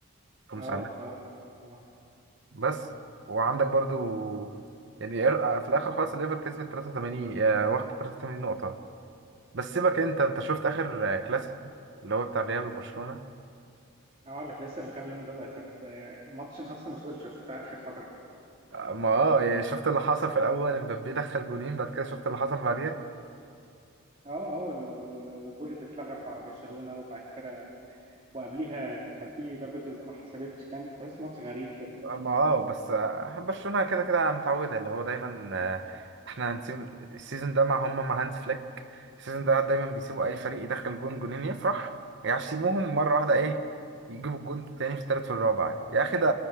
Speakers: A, on the right (about 55°); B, on the right (about 30°).
A: في مساهمات
B: اه اه والله.
A: بس وعندك برضو يعني ار- في الاخر خالص الليفر كسبت 83 آه، واخد 83 نقطة بس سيبك انت انت شفت اخر آه، كلاسيكو اللي هو بتاع ريال وبرشلونة
B: اه لك لسه من كام يوم ده, ده كانت آه، ماتش من احسن الماتشات اللي شفتها اخر فتره
A: ما اه يعني شفت اللي حصل في الاول امبابي دخل جونين بعد كده شفت اللي حصل بعديها
B: اه اه وال- والجول اللي اتلغى بتاع برشلونة وبعد كده وقبليها كان في ضربة جزاء ما حسبتش فاهم تحس ماتش غريب كده
A: ما اه بس آه، برشلونة كده كده متعودة اللي هو دايما آه، احنا هنسيب السيزون ده مع هم مع هانز فليك السيزون ده دايما بيسيبوا اي فريق يدخل جون جونين يفرح يعشموهم
B: بالظبط
A: مرة واحدة ايه يجيبوا الجون التاني في التالت والرابع يعني. يا اخي ده